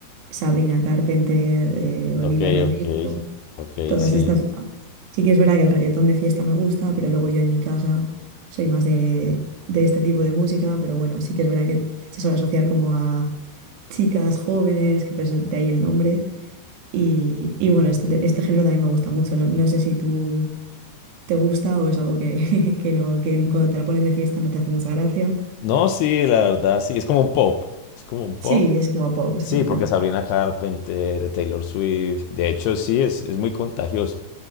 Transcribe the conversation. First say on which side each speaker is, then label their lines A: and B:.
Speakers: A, on the right; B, on the left.
A: Sabrina Carpenter, eh, Olivia
B: Ok,
A: Rodrigo.
B: ok, ok,
A: Todas
B: sí.
A: estas. Sí que es verdad que el reggaetón de fiesta me gusta, pero luego yo en mi casa soy más de, de este tipo de música, pero bueno, sí que es verdad que se suele asociar como a chicas jóvenes, que por eso de ahí el nombre. Y, y bueno, este, te- este género también me gusta mucho. No, no sé si tú te gusta o es algo que, <laughs> que no, que en- cuando te la ponen de fiesta no te hace mucha gracia.
B: No, sí, la verdad, sí, es como un pop. Es como un pop.
A: Sí, es como pop, es
B: Sí,
A: como
B: porque
A: pop.
B: Sabrina Carpenter, Taylor Swift, de hecho sí, es, es muy contagioso.